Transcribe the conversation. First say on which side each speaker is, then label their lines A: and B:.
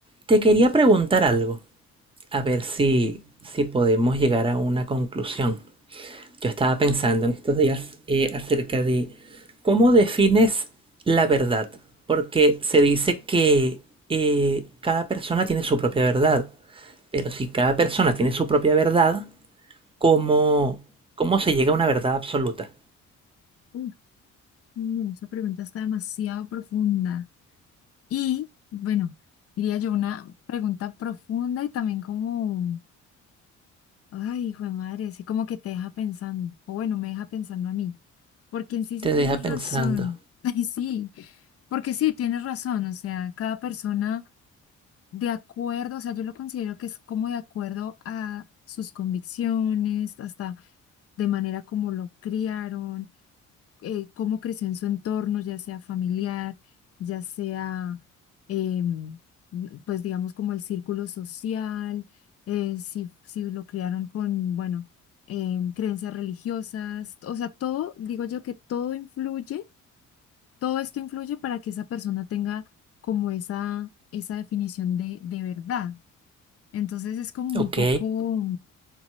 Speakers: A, on the right (about 20°); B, on the left (about 50°).
A: Te quería preguntar algo, a ver si, si podemos llegar a una conclusión. Yo estaba pensando en estos días eh, acerca de cómo defines la verdad, porque se dice que eh, cada persona tiene su propia verdad, pero si cada persona tiene su propia verdad, ¿cómo, cómo se llega a una verdad absoluta?
B: Uf, no, esa pregunta está demasiado profunda. Y bueno, diría yo una pregunta profunda y también como, ay, hijo de madre, así como que te deja pensando, o bueno, me deja pensando a mí, porque en sí sí
A: Te
B: tienes
A: deja pensando,
B: razón, <laughs> ay, sí, porque sí tienes razón, o sea, cada persona de acuerdo, o sea, yo lo considero que es como de acuerdo a sus convicciones, hasta de manera como lo criaron. eh, cómo creció en su entorno, ya sea familiar, ya sea, em, pues digamos, como el círculo social, eh, si, si lo criaron con, bueno, em, creencias religiosas, o sea, todo, digo yo que todo influye, todo esto influye para que esa persona tenga como esa, esa definición de, de verdad. Entonces es como un
A: ¿ok?
B: poco...